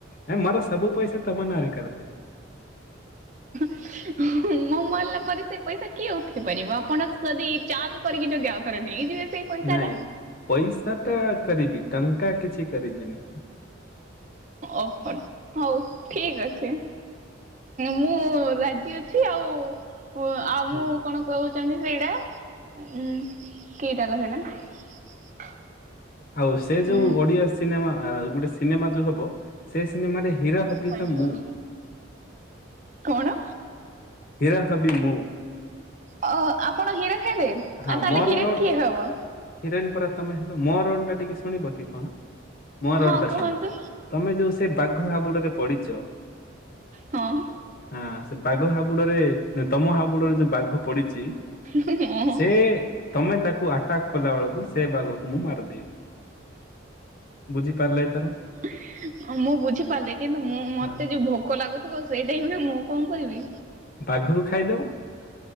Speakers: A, on the left; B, on the right.
A: ଏ ମର ସବୁ ପଇସା ତମ ନାରେ କରିଦେ
B: ମୁଁ ମରିଲା ପରେ ସେ ପଇସା କିଏ ଉଠେଇ ପାରିବ ଆପଣ ଯଦି ଚାଲ। କରିକ କିି ଯଦି ଆଉ ଥରେ ନେଇଯିବେ। ସେଇ ପଇସା
A: ନାଇଁ
B: ଟା
A: ପଇସା ଟା କରିବି ଟଙ୍କା କିଛି କରିବିନି।
B: ଓହୋ ହଉ ଠିକ ଅଛି। ମୁଁ ରାଜି ଅଛି ଆଉ ଆଉ
A: ହୁଁ
B: ମୁଁ କଣ। କହୁଛନ୍ତି ସେଇଟା ଉଁ କିଟାଲ ସେଇଟା।
A: ଆଉ ସେ ଯୋଉ
B: ଉଁ
A: ଓଡିଆ ସିନେମା ଗୋଟେ ସିନେମା ଯୋଉ ହବ ସେ ସିନେମାରେ। ହିରୋ ହବି
B: ସାଇନ୍
A: ତ
B: କର।
A: ମୁଁ।
B: କଣ?
A: ହିରୋ ହବି ମୁଁ
B: ଅ ହ ଆପଣ ହିରୋ ହେବେ?
A: ହଁ
B: ଆଉ ତାହେଲେ
A: ମୋର
B: ହିରୋଇନ
A: ରୋଲ
B: କିଏ ହବ?
A: ହିରୋଇନ ପରା ତମେ ହେଲ ମୋ ରୋଲ ଟା ଟିକେ ଶୁଣିବ କି କଣ ମୋର
B: ହଁ
A: ରୋଲଟା
B: କୁହନ୍ତୁ
A: ଶୁଣ ତମେ ଯୋଉ ସେ ବାଘ ହାବୁଡରେ ପଡିଚ।
B: ହଁ।
A: ହଁ ସେ ବାଘ ହାବୁଡରେ ତମ ହାବୁଡରେ ଯୋଉ ବାଘ ପଡିଚି।
B: ହଁ
A: ସେ ତମେ ତାକୁ ଆଟାକ୍ କଲା ବେଳକୁ ସେ ବାଘକୁ ମୁଁ ମାରିଦେବି ବୁଝିପାରିଲେ ଏଥର।
B: ଅଁ, ମୁଁ ବୁଝିପାରିଲି କିନ୍ତୁ ମୁଁ ମୋତେ
A: ହଁ
B: ଯୋଉ ଭୋକ ଲାଗୁଥୁବ ସେଇ ଟାଇମ୍ ରେ ମୁଁ କଣ କରିବି?
A: ବାଘକୁ ଖାଇଦବ।